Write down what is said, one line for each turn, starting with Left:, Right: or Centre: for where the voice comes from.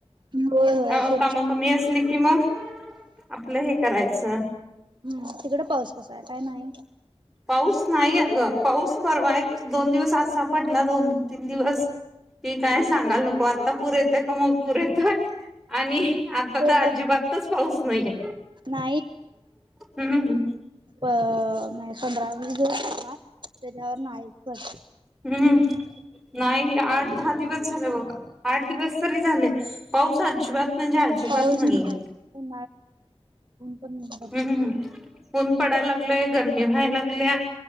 Right: होय होय
Centre: अ
Right: ते
Centre: काम कमी असली कि मग आपलं हे करायचं
Right: ह तिकड पाऊस कसा आहे काय नाही
Centre: पाऊस नाही अ ग पाऊस परवा एक दोन दिवस असा पडला दोन तीन दिवस कि काय सांगाल नको आता पुरेेत का मग पुरेेत आणि आता
Right: हो
Centre: तर अजिबातच पाऊस नाहीये
Right: नाही
Centre: हम्म
Right: म्ह पंधरा वस दिवसला त्याच्यावर नाईक प
Centre: हम्म नाही हे आठ दहा दिवस झाले बघा आठ दिवस तरी झाले पाऊस अजिबात म्हणजे अजिबात
Right: पाऊस
Centre: नाहीये
Right: <inaudible> ऊन पण भरपूर
Centre: हम्म
Right: -
Centre: ऊन पडायला लागलय गरमी व्हायला लागल्या